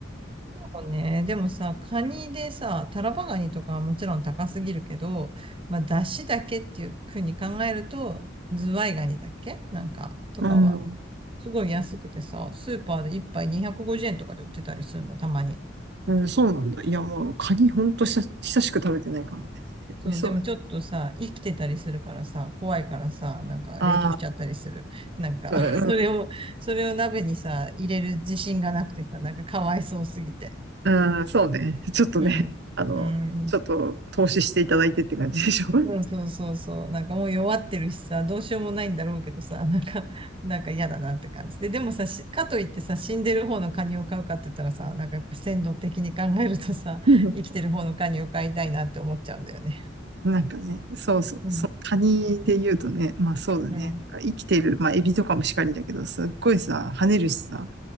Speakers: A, on the right; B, on the right.
A: そうね。でもさ、カニでさ、タラバガニとかはもちろん高すぎるけど、まあ、出汁だけっていうふうに考えると、ズワイガニだっけなんか、とかは、
B: うん。
A: すごい安くてさ、スーパーで一杯250円とかで売ってたりするの、たまに。
B: うん、そうなんだ。いや、もう、カニほんと久し久しく食べてないからね。美味しそうだね。
A: そう、でもちょっとさ、生きてたりするからさ、怖いからさ、なんか冷凍しちゃったりする。
B: ああ、
A: なんか
B: う
A: <laughs> それを、それを鍋にさ、入れる自信がなくてさ、なんかかわいそうすぎて。
B: ん、うん、そうね。ちょっとね、
A: うん。
B: あの、
A: うん、
B: ちょっと投資していただいてって感じでしょ。<laughs>
A: うん、そうそうそう。なんかもう弱ってるしさ、どうしようもないんだろうけどさ、なんか、<laughs> なんか嫌だなって感じで。でもさ、しかといってさ、死んでる方のカニを飼うかって言ったらさ、なんかやっぱ鮮度的に考えるとさ、
B: うん
A: <laughs> 生きてる方のカニを飼いたいなって思っちゃうんだよね。
B: なんかね、そうそう、
A: うん、
B: そう、カニで言うとね、まあそうだね。
A: うん、
B: なんか生きてる、まあエビとかもしかりだけど、すっごいさ、跳ねるしさ、